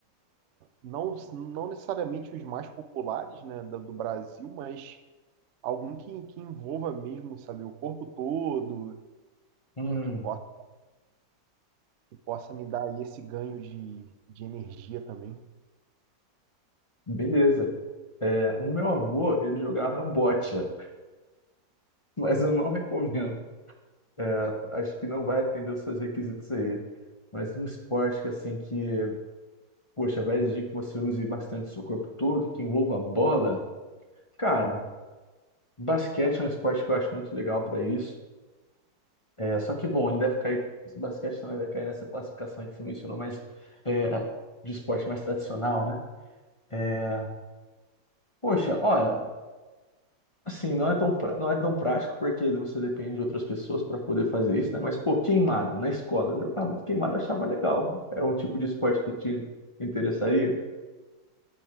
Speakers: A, on the right; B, on the left.
A: não, não necessariamente os mais populares, né, do, do Brasil, mas algum que, que envolva mesmo, sabe, o corpo todo,
B: Hum,
A: é, que, possa, que possa me dar aí esse ganho de, de energia também.
B: beleza. É, o meu avô, ele jogava bocha, <laughs> mas eu não recomendo. É, acho que não vai atender os seus requisitos aí. Mas um esporte que, assim, que, poxa, vai exigir que você use bastante seu corpo todo, que envolva bola. Cara, basquete é um esporte que eu acho muito legal para isso. É, só que, bom, ele deve cair, basquete também vai cair nessa classificação aí que você mencionou, mas é, de esporte mais tradicional, né? É, Poxa, olha. Assim, não é tão, pra- não é tão prático porque você depende de outras pessoas para poder fazer isso, né? Mas, pô, queimada na escola. Eu jogava muito queimada, achava legal. É um tipo de esporte que te interessaria.